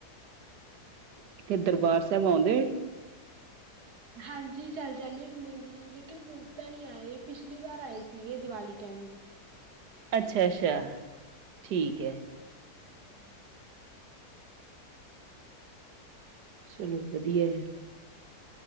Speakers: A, on the right; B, on the right.
A: ਇਥੇ ਦਰਬਾਰ ਸਾਹਿਬ ਆਉਂਦੇ
B: ਹਾਂਜੀ। ਚੱਲ ਜਾਂਦੇ ਹੁੰਦੇ ਜੀ, ਲੇਕਿਨ ਹੁਣ ਤਾਂ ਨੀ ਆਏ, ਪਿਛਲੀ ਵਾਰ ਆਏ ਸੀਗੇ। ਦੀਵਾਲੀ ਟਾਈਮ ਜੀ,
A: ਅੱਛਾ-ਅੱਛਾ।
B: ਹਾਂਜੀ।
A: ਠੀਕ ਹੈ।
B: ਹਮ <inaudible>
A: ਚਲੋ ਵਧੀਆ ਹੈ।